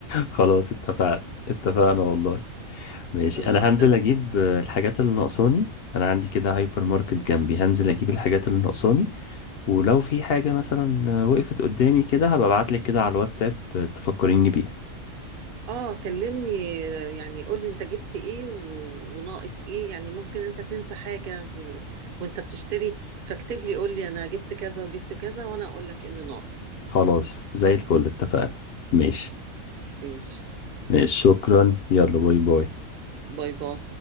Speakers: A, on the left; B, on the right.
A: خلاص اتفقنا اتفقنا والله ماشي
B: خلاص
A: أنا هنزل
B: تمام
A: أجيب آه، الحاجات اللي ناقصاني أنا عندي كده هايبر ماركت جنبي هنزل أجيب الحاجات اللي ناقصاني ولو في حاجة مثلا وقفت قدامي كده هبقى ابعتلك كده على الواتساب تفكريني بيها
B: اه كلمني يعني قولي انت جبت ايه و... وناقص ايه يعني ممكن انت تنسى حاجة في... ال- وانت بتشتري فاكتب لي قولي انا جبت كذا وجبت كذا وانا اقول لك ايه اللي ناقص
A: خلاص زي الفل اتفقنا ماشي
B: ايش
A: ماشي شكرا يلا باي باي
B: باي باي